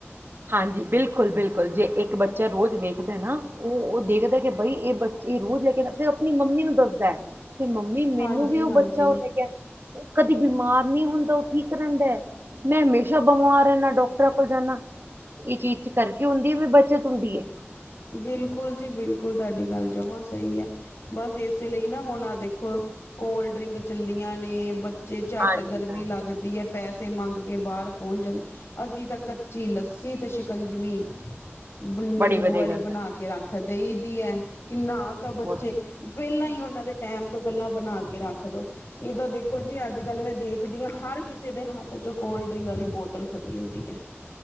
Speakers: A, on the right; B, on the left.
A: ਹਾਂਜੀ ਬਿਲਕੁਲ- ਬਿਲਕੁਲ, ਜੇ ਇੱਕ ਬੱਚਾ ਰੋਜ਼ ਵੇਖਦਾ ਨਾ, ਉਹ-ਉਹ ਦੇਖਦਾ ਕਿ ਬਈ ਇਹ ਬੱਚਾ ਇਹ ਰੋਜ਼ ਤੇ ਆਪਣੀ ਮੰਮੀ ਨੂੰ ਦੱਸਦਾ ਕਿ ਮੰਮੀ ਮੈਨੂੰ
B: ਹਾਂਜੀ
A: ਵੀ ਉਹ
B: ਹਾਂਜੀ।
A: ਬੱਚਾ ਉਹ ਲੈ ਗਿਆ। ਕਦੀ ਬਿਮਾਰ ਨਹੀਂ ਹੁੰਦਾ ਉਹ ਠੀਕ ਰਹਿੰਦਾ ਮੈਂ ਹਮੇਸ਼ਾ ਬਿਮਾਰ ਰਹਿੰਦਾ ਡਾਕਟਰਾਂ ਕੋਲ ਜਾਣਾ। ਇਹ ਚੀਜ਼ ਚ ਕਰਕੇ ਹੁੰਦੀ ਹੈ ਵੀ ਬੱਚਤ ਹੁੰਦੀ ਹੈ।
B: ਬਿਲਕੁਲ ਜੀ ਬਿਲਕੁਲ ਤੁਹਾਡੀ ਗੱਲ ਜਵਾਂ ਸਹੀ ਹੈ। ਬਸ ਇਸੇ ਲਈ ਨਾ, ਹੁਣ ਆਹ ਦੇਖੋ ਕੋਲਡ ਡਰਿੰਕ। ਚੱਲੀਆਂ ਨੇ ਬੱਚੇ ਝੱਟ
A: ਹਾਂਜੀ
B: ਗਰਮੀ
A: ਹਾਂ
B: ਲੱਗਦੀ ਹੈ ਪੈਸੇ ਮੰਗ ਕੇ ਬਾਹਰ ਪਹੁੰਚ ਜਾਂਦੇ। ਅਸੀਂ ਤਾਂ ਕੱਚੀ ਲੱਸੀ ਤੇ ਸ਼ਿਕੰਜਵੀ ਨਿੰਬੂ
A: ਬੜੀ ਵਧੀਆ
B: ਵਾਲੀ
A: ਗੱਲ
B: ਬਣਾ
A: ਹੈ
B: ਕੇ ਰੱਖ ਦੇਈ ਦੀ ਹੈ ਕਿ ਨਾ ਤਾਂ ਬੱਚੇ
A: ਬਹੁਤ
B: ਪਹਿਲਾਂ ਹੀ ਉਹਨਾਂ ਦੇ ਟੈਮ ਤੋਂ ਪਹਿਲਾਂ ਬਣਾ ਕੇ ਰੱਖ ਦੋ। ਇਹ ਤਾਂ ਦੇਖੋ ਜੀ ਅੱਜ ਕੱਲ ਮੈਂ ਦੇਖਦੀ ਹਾਂ, ਹਰ ਕਿਸੇ ਦੇ ਹੱਥ ਚ ਕੋਲਡ ਡਰਿੰਕ ਵਾਲੀ ਬੋਤਲ ਫੜੀ ਹੁੰਦੀ ਐ।